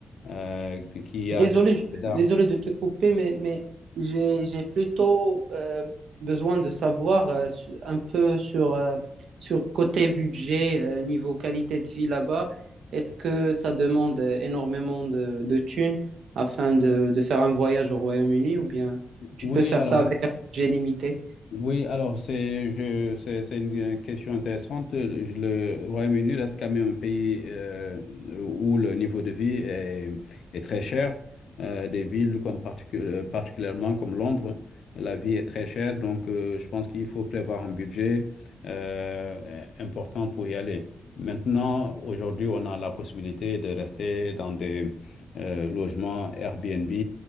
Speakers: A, on the left; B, on the right.
A: euh, qui qui a
B: Désolé,
A: des...
B: je-
A: d'art.
B: désolé de te couper, mais, mais j'ai, j'ai plutôt euh, besoin de savoir euh, su- un peu sur, euh, sur côté budget, euh, niveau qualité de vie là-bas. Est-ce que ça demande euh, énormément de, de thunes afin de, de faire un voyage au Royaume-Uni ou bien tu
A: Oui,
B: peux faire
A: alors.
B: ça avec un budget limité?
A: Oui, alors c'est je c'est c'est une question intéressante. Je- Le Royaume-Uni reste quand même un pays euh, où le niveau de vie est, est très cher. Euh, des villes comme particu- euh, particulièrement comme Londres, la vie est très chère. Donc euh, je pense qu'il faut prévoir un budget euh, important pour y aller. Maintenant, aujourd'hui, on a la possibilité de rester dans des euh, logements Airbnb.